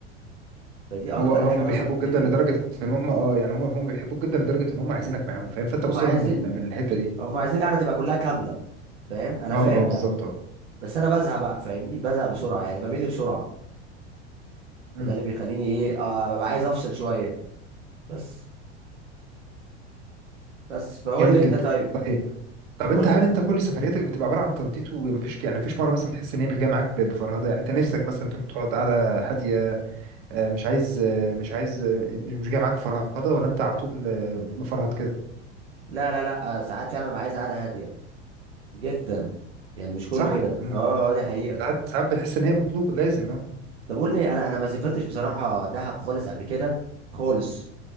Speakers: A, on the right; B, on the right.
A: فدي اكتر
B: هو هم
A: حاجه مثلا
B: بيحبوك
A: بتقفلني
B: جدا لدرجه ان هم اه يعني هم هم بيحبوك جدا لدرجه ان هم عايزينك معاهم فاهم فانت
A: هم
B: بص
A: عايزين
B: لها من ال... من الحته دي
A: هم عايزين القعده تبقى كلها كامله فاهم انا
B: اه
A: فاهم
B: اه بالظبط
A: ده
B: اه
A: بس انا بزهق بقى فاهمني بزهق بسرعه يعني بمل بسرعه
B: مم.
A: فده اللي بيخليني ايه آه ببقى عايز افصل شويه بس بس فقول
B: جامد
A: لي انت
B: جدا
A: طيب
B: طيب طب انت
A: قول
B: هل
A: لي
B: انت كل سفرياتك بتبقى عباره عن تنطيط ومفيش يعني مفيش مره مثلا بتحس ان هي مش جايه معاك ب- بفرهده يعني انت نفسك مثلا تروح تقعد قاعده هاديه آه، مش عايز آه، مش عايز آه، مش مش جايه معاك بفرهده ولا انت على طول آه، مفرهد كده
A: لا لا لا آه، ساعات فعلا ببقى عايز قعده هاديه جدا يعني مش كله
B: صح
A: كده
B: مم.
A: اه اه دي حقيقة
B: ساعات ساعات بتحس ان هي مطلوبه لازم اه
A: طب قول لي انا انا ما سافرتش بصراحة دهب خالص قبل كده خالص